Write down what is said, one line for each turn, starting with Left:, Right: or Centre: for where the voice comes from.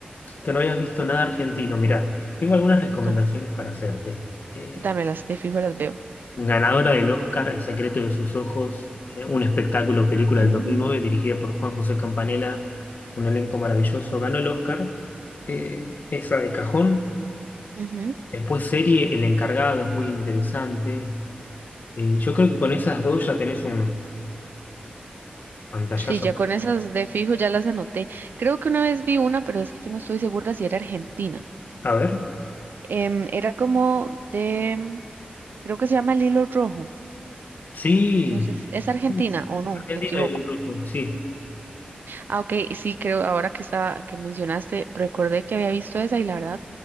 Left: que no habías visto nada argentino. Mirá, tengo algunas recomendaciones
Right: No,
Left: para hacerte. Eh,
Right: dámelas, de fijo las veo.
Left: ganadora del Oscar, El secreto de sus ojos, eh, un espectáculo, película
Right: Mm,
Left: del dos mil nueve, dirigida por Juan José Campanella, un elenco maravilloso, ganó el Oscar. Eh, esa de cajón.
Right: ujú.
Left: Después serie El encargado, es muy interesante. Eh, Y yo creo que con esas dos ya tenés un pantallazo.
Right: Sí, ya con esas de fijo ya las anoté. Creo que una vez vi una, pero es que no estoy segura si era Argentina.
Left: A ver.
Right: Em, era como de, creo que se llama El Hilo Rojo.
Left: Sí.
Right: No sé, si- ¿es Argentina
Left: Sí.
Right: o
Left: Es
Right: no?
Left: Argentino
Right: Me equivoco.
Left: el rojo, sí.
Right: Ah, ok, sí, creo, ahora que estaba, que mencionaste, recordé que había visto esa y la verdad,